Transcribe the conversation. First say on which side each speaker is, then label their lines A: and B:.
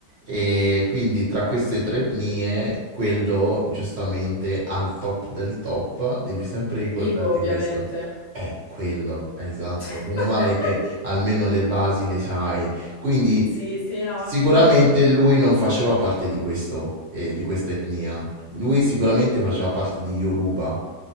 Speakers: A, on the right; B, on the left.
A: E quindi tra queste tre etnie, quello giustamente al top del top, devi sempre ricordarti
B: Ibo, ovviamente.
A: questo. È quello, esatto.
B: <laughs>
A: Meno male che almeno le basi le sai. Quindi
B: Sì, sì, no,
A: sicuramente
B: ma figurati.
A: lui non faceva parte di questo, eh, di questa etnia. Lui sicuramente faceva parte di Yoruba.